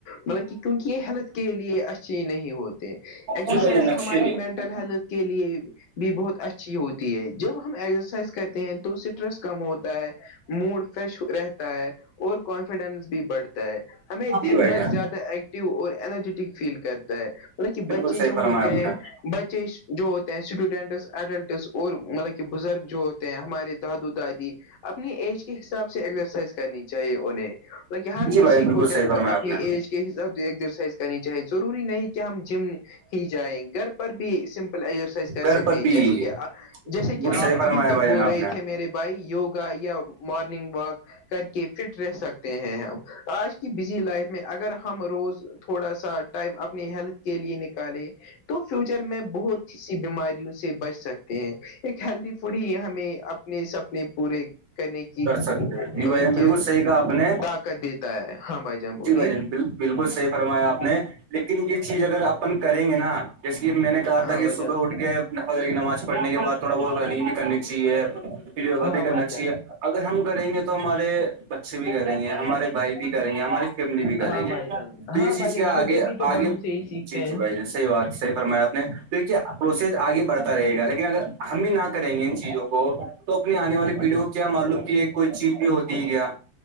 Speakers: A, on the left; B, on the right.
A: مطلب کہ کیونکہ یہ ہیلتھ کے لیے اچھی نہیں ہوتے ایکسرسائز
B: جی بھائی جان اچھی
A: ہماری
B: نہیں
A: مینٹ ہیلتھ کے لیے بھی بہت اچھی ہوتی ہے جب ہم ایکسرسائز کہتے ہیں تو سٹرس کم ہوتا ہے موڈ فریش رہتا ہے اور کانفیڈنس بھی بڑھتا ہے ہمیں دن
B: جی بھائی
A: بھر
B: جان
A: زیادہ ایک اور انرجیٹک فیل کرتا ہے مطلب کہ
B: بالکل
A: بچے
B: صحیح
A: جو
B: فرمایا
A: ہوتے
B: آپ
A: ہیں
B: نے
A: بچے جو ہوتے ہیں اسٹوڈینٹس ایڈلٹس اور مطلب کہ بزرگ جو ہوتے ہیں ہمارے دا دا دادی اپنی ایج کے حساب سے ایکسرسائز کرنی چاہیے انہیں بلکہ ہر
B: جی
A: کسی
B: بھائی بالکل
A: کو
B: صحیح فرمایا
A: اپنی
B: آپ نے
A: ایج کے حساب سے ایکسرسائز کرنی چاہے ضروری نہیں کہ ہم جم ہی جائیں گھر پر بھی سمپل ایرس کر
B: گھر
A: سکتے
B: پر
A: ہیں
B: بھی
A: جیسے کہ جیسے
B: بالکل
A: کہ
B: صحیح
A: آپ
B: فرمایا
A: ابھی تک
B: بھائی
A: بول
B: جان آپ
A: رہے
B: نے
A: تھے میرے بائی یوگا یا مارننگ واک کر کے فٹ رہ سکتے ہیں ہم آج کی بزی لائف میں اگر ہم روز تھوڑا سا ٹائم اپنی ہیلتھ کے لیے نکالے تو فیوچر میں بہت بیماریوں سے بچ سکتے ہیں ایک ہیلدی فوڈ ہی ہمیں اپنے س اپنے پورے کرنے کی
B: کر سکتے
A: مطلب
B: جی بھائی بالکل
A: کہ
B: صحیح کہا آپ نے
A: طاقت دیتا ہے ہاں بھائی جان بولیے
B: جی بھجان بالکل صحی فرمایا آپ نے لیکن یہ چیز اگر اپن کریں گے نا جیسے کہ میں نے کہا
A: ہاں
B: تھا کہ
A: بھائی
B: صبح
A: جان
B: اٹھ کے ن فذر کی نماز پڑھنے کے بعد تھوڑا بہت رننگ بھی کرنی چاہیے یوگا
A: ہاں
B: بھی کرنا
A: بھائی
B: چاہیے
A: جان
B: اگر ہم کریں گے تو ہمارے بچے بھی کریں گے ہمارے بھائی بھی کریں گے ہماری فیملی بھی کرے
A: ہاں
B: گی
A: بھائی جان
B: تو یہ
A: ہاں
B: چیز
A: بھائی
B: کیا
A: جان چھوٹے
B: آگے
A: بھی تو
B: آگے
A: بڑوں سے ہی سیکھتے
B: جی
A: ہیں
B: جی بھائی جان صحی بات صحی فرمایا آپ نے تو کیا پروسیس آگے بڑھتا رہے گا لیکن اگر ہم بھی نہ کریں گے ان چیزوں کو تو اپنی آنے والی پیڑھی کو کیا معلوم کہ یہ کوئی چیز بھی ہوتی ہے کیا